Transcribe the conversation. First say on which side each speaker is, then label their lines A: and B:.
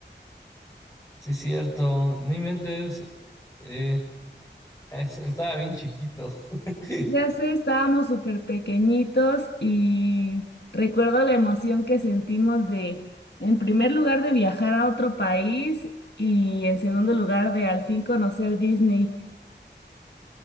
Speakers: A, on the left (about 15°); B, on the left (about 65°).
A: Sí, es cierto. No inventes. eh, es- estaba bien chiquito. <laughs>
B: Ya sé, estábamos súper pequeñitos y recuerdo la emoción que sentimos de, en primer lugar, de viajar a otro país y en segundo lugar, de al fin conocer Disney.